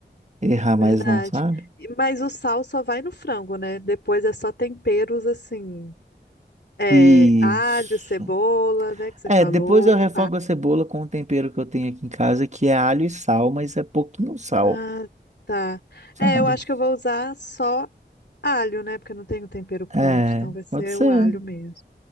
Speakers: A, on the right; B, on the left.
A: errar
B: verdade.
A: mais não, sabe?
B: E- Mas o sal só vai no frango, né? Depois é só temperos assim. É,
A: Isso.
B: alho, cebola, né? Que você
A: É,
B: falou,
A: depois eu refogo a cebola com o tempero que eu tenho aqui em casa, que é alho e sal, mas é pouquinho sal,
B: Ah, tá.
A: sabe?
B: É, eu acho que eu vou usar só alho, né? Porque eu não tenho tempero pronto,
A: É,
B: então vai ser
A: pode ser.
B: o alho mesmo.